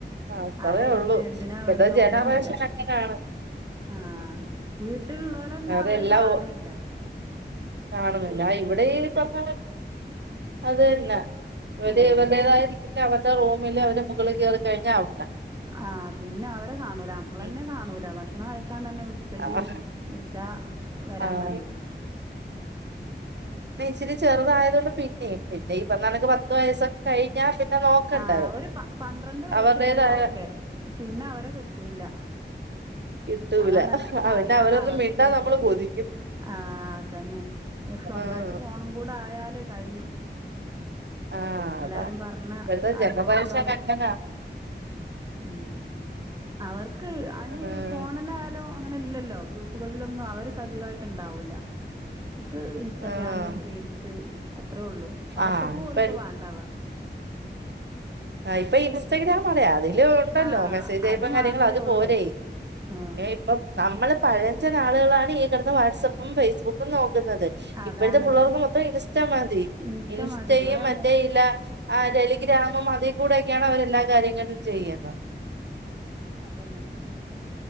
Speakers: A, on the right (about 70°); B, on the right (about 20°).
A: ആ, അത്രേ
B: ആരാ വന്ന്
A: ഉള്ളൂ
B: എന്തിനാ
A: ഇപ്പഴത്തെ
B: വന്ന്
A: ജനറേഷൻ
B: ഒന്നുല്ല
A: അങ്ങനെയാണ്
B: ആഹ് വീ ട്ടില്ള്ളോരെന്നെ
A: വേറെ
B: അവര്
A: എല്ലാം
B: കാണണില്ല
A: ഓ- കാണുന്നില്ല ഇവിടെ ഈ പറഞ്ഞാ അതന്നെ അതെവർടേതായ
B: ആ
A: രീ അവരുടെ റൂമില് അവര് മുകളിൽ കേറി കഴിഞ്ഞാ ആവു
B: ആഹ് പിന്നവരെ കാണൂല മ്മളെന്നെ
A: ഉം
B: കാണൂല ഭഷ് <unintelligible> കൈക്കാൻ തന്നെ വിൾച്ചെങ്കി
A: ആഹ്
B: വിളിച്ചാ വരാൻ
A: ആഹ്
B: മടിയാ
A: ച്ചിരി ചെറുതായതോണ്ട് പിന്നിം. പിന്നെ ഇപർഞണക്ക് പത്ത് വയസ്സൊ കഴിഞ്ഞാ നോക്കണ്ടാവില്ല
B: ആഹ് ഒരു പ പന്ത്രണ്ട് വയസ്സെരെ
A: അവരുടേതായ
B: ഓക്കെ പിന്നെ അവരെ കിട്ടൂല്ല.
A: കിട്ടൂല
B: അതാണ് അതാണവസ്ഥപ്പോ
A: പിന്നെ അവരൊന്നും മിണ്ടാ നമ്മള് കൊതിക്കും
B: ആ അതന്നെ സ്വന്തായിട്ട്
A: ആഹ്
B: ഫോണും കൂടായാ കഴിഞ്ഞു.
A: ആഹ്
B: എല്ലാരും
A: അതാ
B: പർഞ്ഞ
A: ഇപ്പഴത്തെ
B: അനുഭവംള്ളോലൊക്കെ
A: ജനറേഷൻ അങ്ങനാ
B: ഉം അവർ ഇക്ക് അഞ്ഫോണിലായാലും
A: ആഹ്
B: അങ്ങനെല്ലല്ലോ ഗ്രൂപ്പ് വെല്ലുന്നഅവര് സജീവമായിട്ടുണ്ട്. ഉണ്ടാവുല്ല ഇക്ക് ഇൻസ്റ്റാഗ്രാമ്റീൽസ്
A: ആഹ്
B: അത്രേ ഉള്ളു വാട്സപ്പ്
A: ആഹ് ഇപ്പ
B: പോലെ ഇപ്പോ വേണ്ട അവർക്ക്
A: ആ ഇപ്പൊ ഇൻസ്റ്റഗ്രാം അറിയാ തെ ഇല്ല ഉണ്ടല്ലോ
B: ആ
A: മെസ്സേജ് ആയപ്പ
B: അത്
A: കാര്യങ്ങൾ
B: മാത്രമേ
A: അത്
B: ഉള്ളൂ
A: പോരെ
B: ആ
A: ഇപ്പം നമ്മള് പഴചൻ അളുകളാണ് ഈ ക വാട്സപ്പും ഫേസ്ബുക്കും നോക്കുന്നത്
B: അതാണ്
A: ഇപ്പോഴത്തെ പിള്ളർക്ക് മൊത്തം ഇൻസ്റ്റ മതി
B: ഇൻസ്റ്റ
A: ഇൻസ്റ്റയും
B: മതി ഇവിടെ
A: മറ്റേല്ല
B: മോ
A: ടെലിഗ്രാമും അത കൂടെക്കെയാണ് അവരെല്ലാ കാര്യങ്ങളും ചെയ്യുന്നത്
B: അതന്നെ